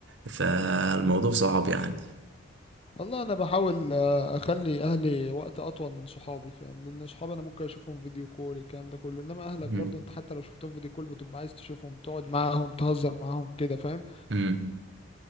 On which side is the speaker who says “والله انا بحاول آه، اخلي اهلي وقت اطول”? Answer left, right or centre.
Left